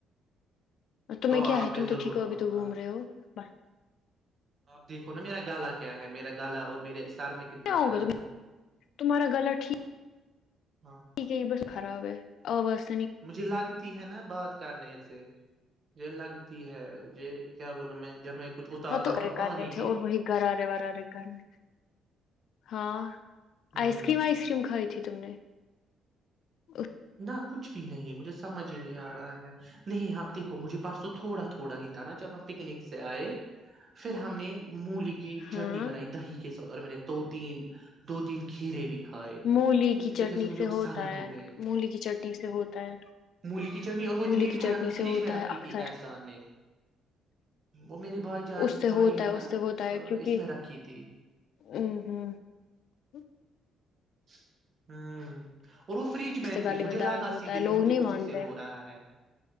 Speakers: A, on the left; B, on the right.
A: تمہیں
B: تو
A: کیا ہے
B: میں
A: تم تو
B: ضرور
A: ٹھیک ہو ابھی
B: آؤں
A: تو
B: گا
A: گھوم رہے ہو ب
B: آپ دیکھو نا میرا گلہ کیا ہے میرا گالا اور میرے سر میں کتنا
A: کیا ہوگا
B: درد ہے
A: تمہارا گلا ٹھیک
B: ہاں
A: ٹھیک ہے یہ بس خراب ہے اور بس
B: مجھے لگتی ہے نا بات کرنے سے یہ لگتی ہے ج کیا بول رہا ہ میں جب میں کچھ اتارتا
A: ہاں تو
B: ہوں
A: ارے
B: نا پانی
A: کرنے تھے
B: بھی
A: اور وہی گھر آرے وارارے کرنے تھے ہاں <unintelligible>
B: ہ
A: آئس کریم آئس کریم کو تھے تم نے ا
B: نہ کچھ بھی نہیں مجھے سمجھ ہی نہیں آ رہا ہے نہیں ہاں دیکھو مجھے پرسو تھوڑا تھوڑا ہی تھا نا جب ہم پکنک سے آئے پھر ہم نے مولی کے کی
A: ہاں
B: چٹنی بنائی دہی کے سات اور میں نے دو تین دو تین کھیرے بھی کھائے
A: مولی
B: اس
A: کی چٹنی
B: وجہ مجھے
A: سے
B: وہ
A: ہوتا
B: سرد
A: ہے
B: ہو گئے
A: م مولی کی چٹنی سے ہوتا ہے
B: مولی کی چٹنی اور وہ اتنی
A: مولی کی چٹنی
B: ٹھنڈ وہ
A: سے
B: فریج
A: ہوتا
B: میں رکھی
A: ہے اکثر
B: تھی احسان نے وہ میرے بھائی جان
A: اس سے
B: بھائی
A: ہوتا
B: نے
A: ہے اس
B: نا
A: سے ہوتا ہے کیونکہ
B: اس میں رکھی تھی ہ
A: ہ ہ
B: <unintelligible> ہ اور وہ فریج میں تھی
A: ال
B: مجھے
A: میں
B: لگا
A: دارد ہوتا
B: سیدھے
A: ہے لوگ
B: کہ مجھے
A: نہیں
B: اسی
A: مانتے
B: سے ہو رہا ہے